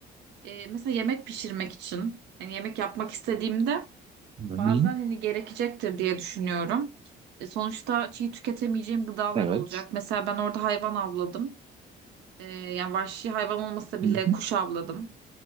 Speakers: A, on the right (about 80°); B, on the right (about 30°).
A: e, mesela yemek pişirmek için hani yemek yapmak istediğimde
B: Hı-hı.
A: bazen hani gerekecektir diye düşünüyorum. E, sonuçta çiğ tüketemeyeceğim gıdalar
B: Evet.
A: olacak. Mesela ben orada hayvan avladım. E, yani vahşi hayvan olmasa
B: Hı-hı.
A: bile kuş avladım